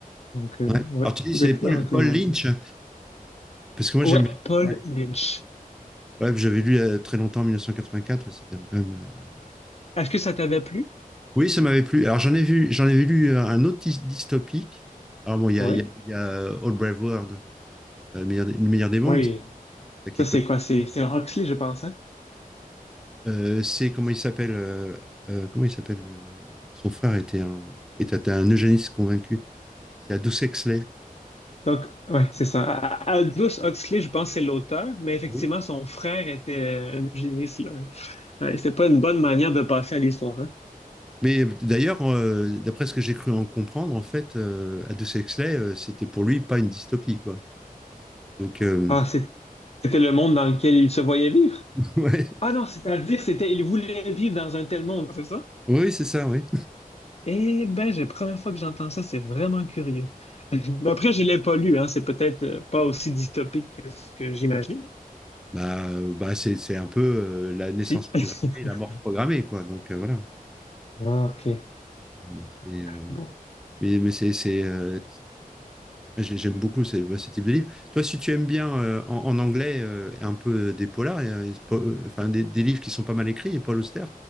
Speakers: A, on the left; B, in the centre.
A: Donc, euh,
B: Ouais.
A: ouais,
B: Alors tu dis
A: je
B: c'est
A: peux que
B: Paul,
A: te le recommander.
B: Paul Lynch, Euh, parce que moi
A: Ouais,
B: j'aime. bien.
A: Paul
B: Ouais.
A: Lynch.
B: Ouais, j'avais lu euh, très longtemps en 1984, c'était quand même. euh,
A: Est-ce que ça t'avait plu?
B: Oui, ça m'avait plu. Alors j'en ai vu, j'en avais lu euh, un autre dys- dystopique. Alors bon, il y
A: Oui.
B: a, il y a, il y a, euh, All Brave World, euh, le meilleur, des le meilleur des mondes,
A: Oui.
B: c'est ça qui
A: Ça,
B: est
A: c'est
B: connu.
A: quoi? C'est c'est Huxley, je pense,
B: Euh, c'est comment il s'appelle euh, euh, comment il s'appelle euh, son frère était un était un eugéniste convaincu. C'est Aldous Huxley.
A: Donc, ouais, c'est ça. A- Aldous Huxley, je pense, c'est l'auteur, mais effectivement,
B: Oui.
A: son frère était euh, un géniste, là. Ouais, c'est pas une bonne manière de passer à l'histoire, hein?
B: Mais euh, d'ailleurs, euh, d'après ce que j'ai cru en comprendre, en fait, euh, Aldous Huxley, euh, c'était pour lui pas une dystopie, quoi. Donc euh,
A: Ah, c'est- c'était le monde dans lequel il se voyait vivre?
B: <laughs> ouais,
A: Ah non, c'est-à-dire, c'était, il voulait vivre dans un tel monde, c'est ça?
B: oui, c'est ça, oui.
A: Eh ben, c'est la première fois que j'entends ça, c'est vraiment curieux. <laughs> Mais Après, je l'ai pas lu, hein, c'est peut-être euh, pas aussi dystopique que ce que j'imagine.
B: bah, euh, bah c'est c'est un peu euh, la naissance
A: Si.
B: programmée
A: <laughs>
B: et la mort programmée, quoi. Donc euh, voilà.
A: Ah, ok.
B: Euh, C'est, euh,
A: <laughs> Bon.
B: mais mais c'est, c'est, euh, j'ai- j'aime beaucoup ce, ce type de livre. Toi, si tu aimes bien euh, en, en anglais euh, un peu des polars, euh, po- euh, enfin des, des livres qui sont pas mal écrits, et Paul Auster,